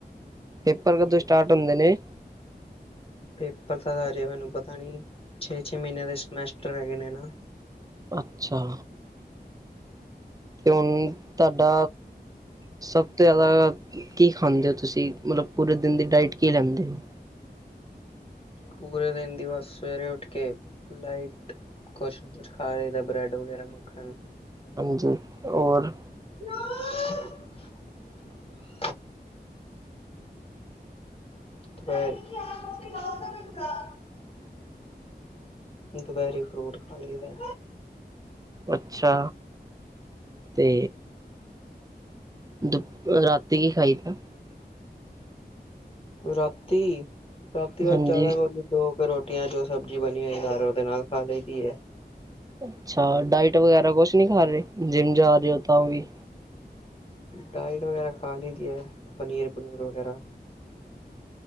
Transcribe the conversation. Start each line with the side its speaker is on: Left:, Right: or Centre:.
Right: ਪੇਪਰ ਕਦੋਂ
Left: ਹੂੰ।
Right: ਸਟਾਰਟ ਹੁੰਦੇ ਨੇ।
Left: ਪੇਪਰ ਤਾਂ ਅਜੇ ਮੈਨੂੰ ਪਤਾ ਨੀ। ਛੇ -ਛੇ ਮਹੀਨਿਆਂ ਦੇ ਸਮੈਸਟਰ ਹੈਗੇ ਨੇ ਨਾ।
Right: ਅੱਛਾ। ਤੇ ਹੁਣ ਤੁਹਾਡਾ ਸਭ ਤੋਂ ਜ਼ਿਆਦਾ ਕਿ ਖਾਂਦੇ ਹੋ ਤੁਸੀਂ? ਮਤਲਬ ਪੂਰੇ ਦਿਨ ਦੀ ਡਾਇਟ ਕਿ ਲੈਂਦੇ ਹੋ?
Left: ਪੂਰੇ ਦਿਨ ਦੀ ਬੱਸ ਸਵੇਰੇ ਉੱਠ ਕੇ ਲਾਈਟ ਕੁਛ -ਕੁਛ ਖਾ ਲਈਦਾ ਬ੍ਰੈਡ ਵਗੈਰਾ ਮੱਖਣ।
Right: ਹਾਂਜੀ, ਹੋਰ।
Left: <inaudible> ਹ ਦੁਪਹਿਰੇ ਫਰੂਟ ਖਾ ਲਈਦਾ।
Right: ਅੱਛਾ! ਤੇ ਦੁ ਰਾਤੀ ਕੀ ਖਾਈਦਾ
Left: ਰਾਤੀ! ਰਾਤੀ ਬਾਅਦ
Right: ਹਾਂਜੀ
Left: ਜਿਆਦਾ ਕਰਨ ਦੋ ਫ ਰੋਟੀਆਂ ਜੋ ਸਬਜ਼ੀ ਬਣੀ ਹੋਈ ਸਾਰ ਉਹਦੇ ਨਾਲ ਖਾ ਲਈਦੀ ਹੈ
Right: ਅੱਛਾ, ਡਾਇਟ ਵਗੈਰਾ ਕੁਛ ਨਹੀ ਖਾ ਰਹੇ ਜਿੰਮ ਜਾ ਰਹੇ ਹੋ ਤਾਂ ਵੀ
Left: ਡਾਇਟ ਵਗੈਰਾ ਖਾ ਲਈਦੀ ਹੈ ਪਨੀਰ- ਪਨੂਰ ਵਗੈਰਾ।